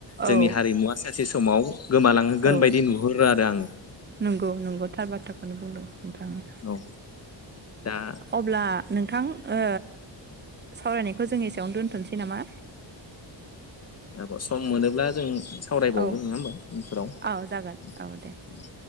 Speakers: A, on the left; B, on the right.
A: जोंनि
B: औ
A: हारिमुवा सासे समाव गोमालांहोगोन
B: औ
A: बायदि नुहरो आरो आं
B: नंगौ नंगौ थार बाथ्राखौनो बुंदों नोंथाङा
A: औ दा
B: अब्ला नोंथां ओ सावरायनायखौ जों एसेयावनो दोनथ'नोसै नामा
A: आब' सम मोनोब्ला जों सावरायबावगोन
B: औ
A: नङा होमबा उनफोराव
B: औ जागोन औ दे